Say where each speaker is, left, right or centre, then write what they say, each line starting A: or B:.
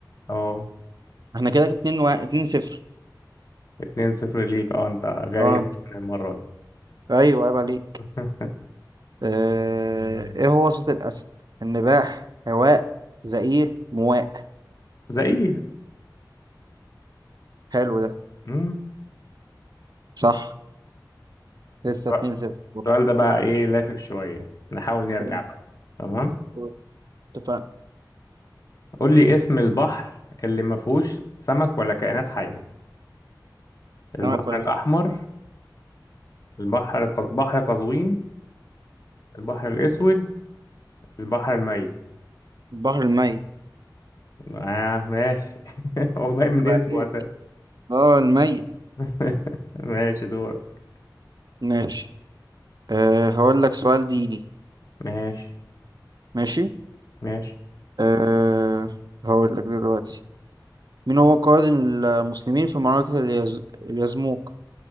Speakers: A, on the left (about 50°); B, on the right (about 60°).
A: اه
B: احنا كده اتنين و... اتنين صفر
A: اتنين صفر ليك اه انت جاي
B: اه
A: سخن المرة دي
B: ايوه عيب عليك
A: <laughs>
B: آه... ايه هو صوت الأسد النباح هواء زئير مواء
A: زي ايه
B: حلو ده
A: مم.
B: صح لسه
A: السؤال
B: اتنين صفر برضه
A: السؤال ده بقى ايه لافف شوية نحاول نرجع
B: قول-
A: بقى تمام
B: قول. اتفقنا
A: قول لي اسم البحر اللي ما فيهوش سمك ولا كائنات حية البحر
B: سمك ولا
A: الأحمر
B: كده
A: البحر ق- بحر قزوين البحر الأسود البحر الميت
B: البحر الميت
A: آه ماشي <laughs> هو باين من
B: عيب
A: اسمه
B: عليك
A: اساسا
B: اه الميت
A: <laughs> ماشي دورك
B: ماشي آه هقول لك سؤال ديني
A: ماشي
B: ماشي
A: ماشي
B: أه هقول لك دلوقتي مين هو قائد المسلمين في معركة اليز... اليزموك